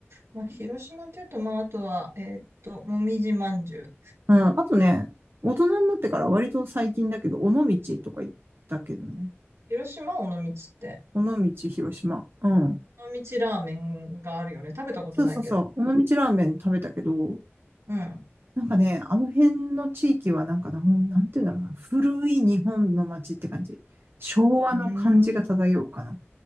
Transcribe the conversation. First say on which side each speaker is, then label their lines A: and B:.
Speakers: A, on the right; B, on the right.
A: まあ、広島っていうと、まあ、あとは、えーっと、もみじまんじゅう。
B: うん。あとね、大人になってから割と最近だけど、尾道とか行ったけどね。
A: 広島尾道って、
B: 尾道、広島。うん。
A: 尾道ラーメンがあるよね。食べたことないけど。
B: そうそうそう。尾道ラーメン食べたけど、
A: うん。
B: なんかね、あの辺の地域はなんかな、なんていうんだろうな。古い日本の街って感じ。昭和の感じが漂うかな。
A: うーん。